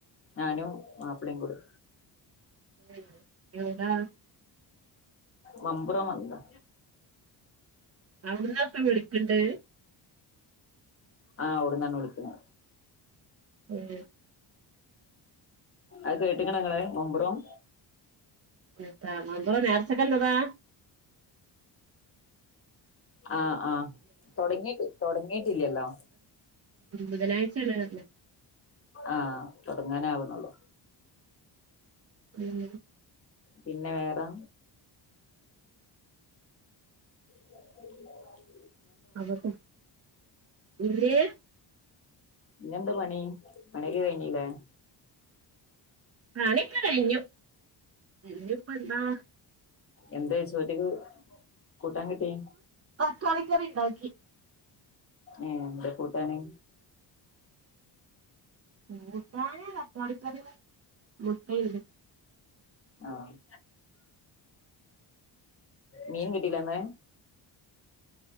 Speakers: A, on the left; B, on the right.
A: ഞാനും മാപ്പിളയും കൂടെ
B: ഉം എവിടാ
A: മമ്പുറം വന്നതാ
B: അവിടന്നാ ഇപ്പ വിളിക്കണ്ട്
A: ആഹ് അവിടന്നാണ് വിളിക്കുന്ന
B: ഉം
A: അത് കേട്ടിക്കണ നിങ്ങള് മമ്പുറം
B: ഇത്ത മമ്പുറം നേർച്ചക്ക് വന്നതാ
A: ആഹ ആഹ തുടങ്ങിട്ട് തുടങ്ങിട്ടില്ലല്ലോ
B: ബുധനാഴ്ച ണ് ർ ഞ്
A: ആഹ് തുടങ്ങാന് ആവണുള്ളൂ
B: ഉം
A: പിന്നെ വേറെ ഉം
B: <unintelligible>
A: പിന്നെന്താ പണി പണിയക്കെ കഴിഞ്ഞില്ലേ
B: പണി കയ്ഞ്ഞു ഇഞ്ഞ് ഇപ്പ എന്താ
A: എന്തേ ചോറ്റ്ക്ക് കൂട്ടാൻ കിട്ടി
B: ക്കാളിക്കറി ഇണ്ടാക്കി
A: ഏ എന്ത കൂട്ടാന്
B: കൂട്ടാന തക്കാളിക്കറി മുട്ടയ്ണ്ട്
A: ആഹ് മീൻ കിട്ടീല്ല ന്ന്